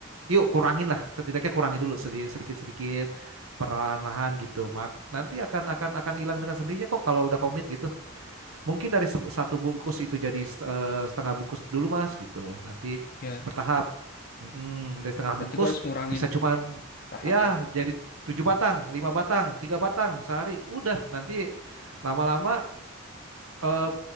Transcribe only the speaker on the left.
ya.
Berarti
gua harus ngurangin
tahap
ya.